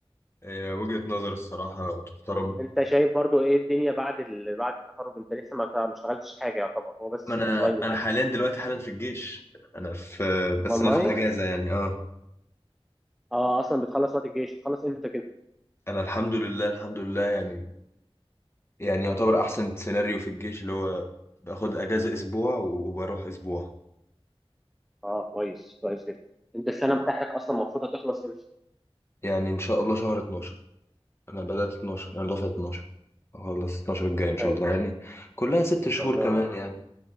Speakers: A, on the left; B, in the centre.
A: آه، وجهة نظر الصراحة تحترم
B: انت شايف برضو ايه الدنيا بعد ال... بعد التخرج انت لسه ما ما اشتغلتش حاجه يعتبر هو بس
A: ما انا
B: الاونلاين وكده
A: انا حاليا دلوقتي حالا في الجيش انا في بس
B: والله
A: انا في الاجازة يعني اه
B: اه اصلا بتخلص وقت الجيش بتخلص امتى كده
A: انا الحمد لله الحمد لله يعني يعني يعتبر احسن سيناريو في الجيش اللي هو باخد اجازة اسبوع وبروح اسبوع
B: اه كويس كويس جدا انت السنه بتاعتك اصلا المفروض هتخلص امتى
A: يعني ان شاء الله شهر 12 انا بدأت 12 انا دفعة 12 اخلص 12 الجاي ان شاء
B: حلو
A: الله يعني كلها ست شهور
B: ربنا
A: كمان
B: معاك.
A: يعني